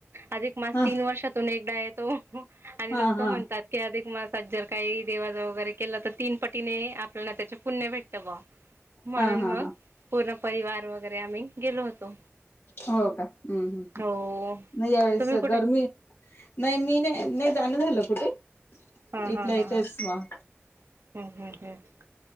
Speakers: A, on the right; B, on the left.
A: अधिक मास्
B: हा
A: तीन वर्षातून एकदा येतो तो. आणि
B: हा
A: लोकं
B: हा
A: म्हणतात की अधिक मास त्यात जर काही देवाच वगैरे केला तर तीन पटीने आपल्याला त्याच्या पुण्य भेटत बॉ म्हणून
B: हा हा
A: मग
B: हा
A: पूरब परिवार वगैरे आम्ही गेलो होतो.
B: हो का हं - हं - हं
A: हो
B: नाही यावेेळेस
A: तुम्ही कुठे
B: गरमी नाही मी नाही - नाही जाणं झालं कुठे?
A: हा हा
B: इथल्या
A: हा
B: इथंच
A: हा
B: वा
A: हम्म हम्म हम्म